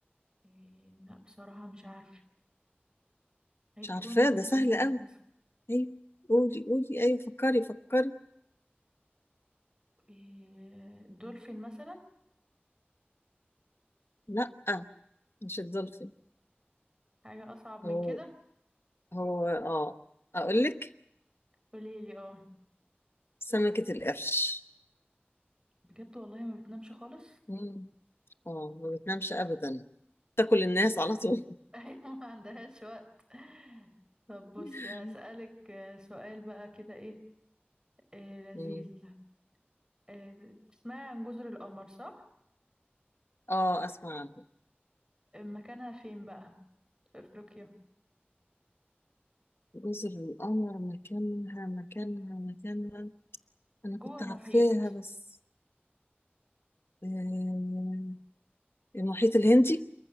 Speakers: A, on the right (about 20°); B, on the left (about 75°).
A: إيه لا بصراحة مش عارفة هيكون
B: مش عارفاه ده
A: مين
B: سهل قوي
A: مثلا
B: ايوه قولي قولي ايوه فكري فكري
A: إيه دولفين مثلا
B: لا مش الدولفين
A: حاجة اصعب من
B: هو
A: كده
B: هو اه اقول لك
A: قوليلي اه
B: سمكة القرش
A: بجد والله ما بتنامش خالص
B: امم اه ما بتنامش ابدا تاكل الناس على طول
A: <laughs> أيوة ما عندهاش وقت طب بصي
B: <laughs>
A: هسألك آه، سؤال بقى كده إيه آه، لذيذ
B: مم.
A: آه، تسمعي عن جزر القمر صح؟
B: اه اسمع عنها
A: مكانها فين بقى؟ في أفريقيا
B: جزر القمر مكانها مكانها مكانها انا كنت
A: جوه
B: عارفاها
A: محيط
B: بس آه، المحيط الهندي